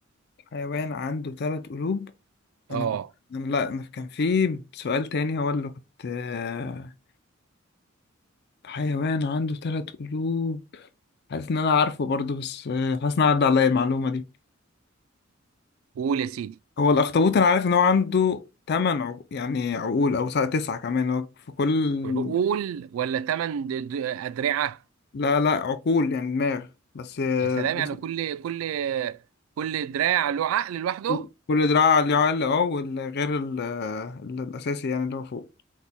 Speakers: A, on the left (about 55°); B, on the right (about 85°).
A: حيوان عنده ثلاث قلوب
B: اه
A: انا كنت أنا لا أنا كان في سؤال تاني هو اللي كنت آه، حيوان عنده ثلاث قلوب حاسس ان انا عارفه برضه بس آه، حاسس ان أنا عدى عليا المعلومه دي
B: قول يا سيدي
A: هو الاخطبوط انا عارف ان هو عنده ثمان عق... يعني عقول او تسعة تسعة كمان هو في كل
B: عقول ولا ثمان ادرعه
A: لا لا عقول يعني دماغ بس آه،
B: يا سلام
A: بس
B: يعني كل كل كل دراع له عقل لوحده
A: كل كل دراع ليه عقل اه والغير ال... آه، ال- الاساسي يعني اللي هو فوق